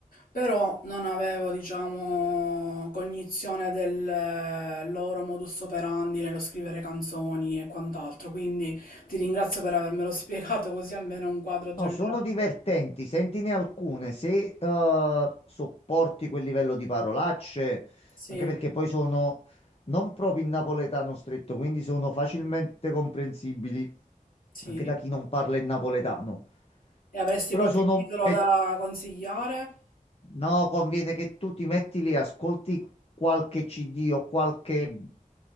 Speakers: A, on the left; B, on the left.
A: però non avevo, diciamo, cognizione del eh, loro modus operandi nello scrivere canzoni e quant'altro, quindi ti ringrazio per avermelo <laughs> spiegato così almeno un quadro generale.
B: No, sono divertenti, sentine alcune se eh, sopporti quel livello di parolacce,
A: Sì,
B: anche perché poi sono non proprio in napoletano stretto, quindi sono facilmente comprensibili
A: sì.
B: anche da chi non parla il napoletano.
A: E avresti
B: Però
A: qualche
B: sono...
A: titolo
B: e-
A: da consigliare?
B: no, conviene che tu ti metti lì, ascolti qualche CD o qualche